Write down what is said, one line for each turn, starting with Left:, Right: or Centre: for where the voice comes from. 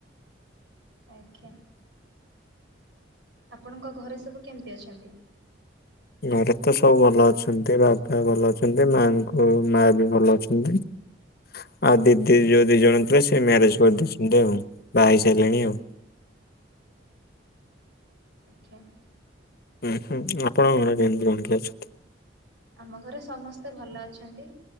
Right: ଆଜ୍ଞା। ଆପଣଙ୍କ ଘରେ ସବୁ କେମିତି ଅଛନ୍ତି?
Left: ଘରେ ତ ସବୁ ଭଲ ଅଛନ୍ତି, ବାପା ଭଲ ଅଛନ୍ତି, ମାଙ୍କୁ ମା ବି ଭଲ ଅଛନ୍ତି। <inaudible> ଆଉ ଦିଦି ଯୋଉ ଦି ଜଣ ଥିଲେ ସେ ମ୍ୟାରେଜ କରିଦେଇଛନ୍ତି ଆଉ ବାହାହେଇ ସାରିଲେଣି ଆଉ।
Right: ଓେ <inaudible>
Left: ହୁଁ ହୁଁ ଆପଣଙ୍କର କେମିତି କଣ କି ଅଛନ୍ତି?
Right: ଆମ ଘରେ ସମସ୍ତେ ଭଲ ଅଛନ୍ତି